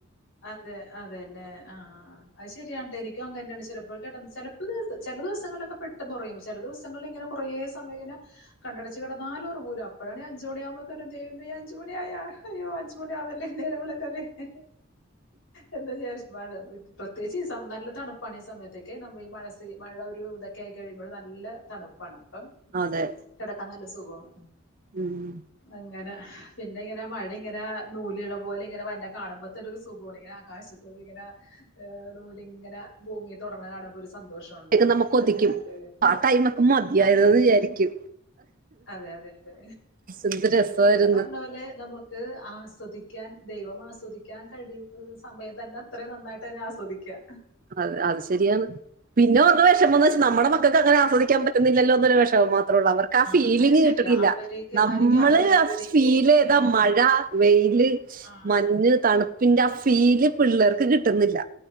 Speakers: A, on the left (about 75°); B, on the right (about 45°).
A: അതെ അതെന്നെ ആഹ് ആഹ് അഹ് ശെരിയാണ് ട്ട ഇനി <unintelligible> ചെല ദിവസങ്ങളിലൊക്കെ പെട്ടെന്ന് ഒറങ്ങി ചെല ദിവസങ്ങൾല് ഇങ്ങനെ കൊറേ സമയിങ്ങനെ കണ്ണടച്ച് കിടന്നാലും ഉറങ്ങൂല. അപ്പഴാണ് അഞ്ചുമണിയാകുമ്പോത്തന്നെ ദൈവമേ അഞ്ച് മണി ആയാ ഞ്ച്മണി ആവല്ലേ നേരം വെള്ക്കല്ലെ ഹ് ഹെ എന്താ വിചാരി മഴ പ്രത്യേകിച്ച് ഈസ നല്ല തണുപ്പാണ് ഈ സമയത്തൊക്കെ നമ്മൾ ഈ മഴസി മഴ ഒരു ഇതൊക്കെ ആയി കഴിയുമ്പോഴ് നല്ല തണുപ്പാണ്. പ്പം
B: അതെ
A: കിടക്കാന്നല്ല സു സുകോണ്
B: ഉം.
A: അങ്ങനാ പിന്നെ ങ്ങനെ മഴ ഇങ്ങനാ നൂല് ഇഴ പോലെ ഇങ്ങനെ വന്ന് കാണുമ്പോത്ത ഒരു സുഖാണ് ഇങ്ങനെ ആകശത്ത് ഇങ്ങനെ ഏ നൂലിങ്ങനെ ഭൂമിയെ തൊട്ന്ന കാണുമ്പോ ഒരു സു സന്തോഷാണല്ലേ
B: ഇതൊക്കെ നമുക്ക്
A: അങ്ങനെ
B: ഒതിക്കും
A: കണ്ട് കഴിയ്മ്പ
B: ആ
A: തന്നെ
B: ടൈമൊക്കെ മതിയായിരുന്നു
A: അതെതെ
B: എന്ന് വിചാരിക്കും
A: അതെ അതെ അതെ
B: എന്ത് രസായിരുന്നു
A: പിന്നെ പർഞ്ഞ പോലെ നമ്മു ഹ് ആസ് ആസ്വദിക്കാൻ ദൈവം ആസ്വദിക്കാൻ കഴിവ് സമയം തന്നെ അത്രയും നന്നായിട്ട് തന്നെ ആസ്വദിക്കാ.
B: അതെ അത് ശരിയാണ് പിന്നെ ഉള്ള വെഷമെന്ന് വെച്ചാ നമ്മടെ മക്കക്ക് അങ്ങനെ ആസ്വദിക്കാ ക്കാൻ പറ്റുന്നില്ലല്ലോന്നൊരു വിഷമം മാത് അത്രോള്ളൂ അവർക്ക് ആ ഫീലിങ്
A: അത് ശരിയാ.
B: കിട്ട്ണ്ല്ല
A: അവര്ക്ക്
B: നമ്മള്
A: അവര്ക്ക് അത് തന്നെ അവര്ക്ക്
B: ഫീൽ ചെയ്ത
A: ആഹ്.
B: മഴ <unintelligible> യില്
A: ആ.
B: മഞ്ഞ് തണുപ്പ് പിന്റെ ആ ഫീല് പിള്ളേർക്ക് കിട്ടുന്നില്ല